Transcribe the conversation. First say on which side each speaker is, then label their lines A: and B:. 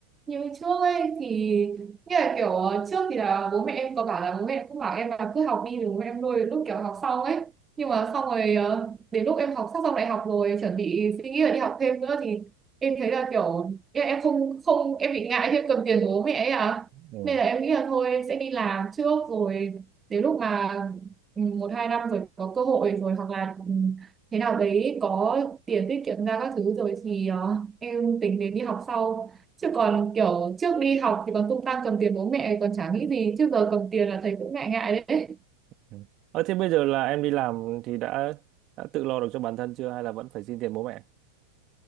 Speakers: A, on the right; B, on the right.
A: như trước ấy thì như là kiểu ờ, trước thì là bố mẹ em có bảo là bố mẹ em cũng bảo em là cứ học đi rồi bố mẹ em nuôi đến lúc kiểu học xong ấy nhưng mà xong rồi ờ, đến lúc em học sắp xong đại học rồi chuẩn bị suy nghĩ là đi học thêm nữa thì em thấy là kiểu ý là em không không em bị ngại khi em cầm tiền của bố mẹ ấy à
B: ừ.
A: nên là em nghĩ là thôi em sẽ đi làm trước rồi đến lúc mà ừ, một hai năm rồi có cơ hội rồi hoặc là ừ, thế nào đấy có tiền tiết kiệm ra các thứ rồi thì ờ, em tính đến đi học sau chứ còn kiểu trước đi học thì còn tung tăng cầm tiền bố mẹ còn chả nghĩ gì chứ giờ cầm tiền là thấy cũng ngại ngại đấy
B: ừ. Ờ, thế bây giờ là em đi làm thì đã đã tự lo được cho bản thân chưa hay là vẫn phải xin tiền bố mẹ